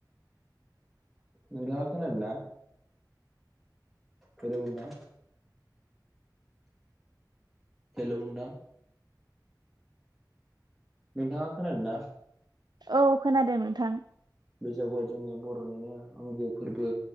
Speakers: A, in the centre; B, on the right (about 65°).
A: नोंथाङा खोनादोंना? हेलौ नोंथां। हेलौ नोंथां। नोंथाङा खोनादोंना?
B: औ खोनादों नोंथां।
A: बैसागुआ जोंनि बर'निनो आंगो फोरबो